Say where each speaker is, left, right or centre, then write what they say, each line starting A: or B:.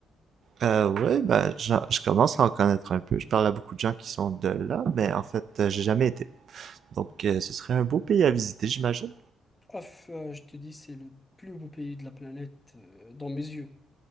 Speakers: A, on the right (about 55°); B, on the left (about 15°).
A: Euh, ouais, ben, j'en- je commence à en connaître un peu. Je parle à beaucoup de gens qui sont de là, mais en fait, euh, j'ai jamais été. Donc, euh, ce serait un beau pays à visiter, j'imagine.
B: Ouf, euh, je te dis, c'est le plus beau pays de la planète euh, dans mes yeux.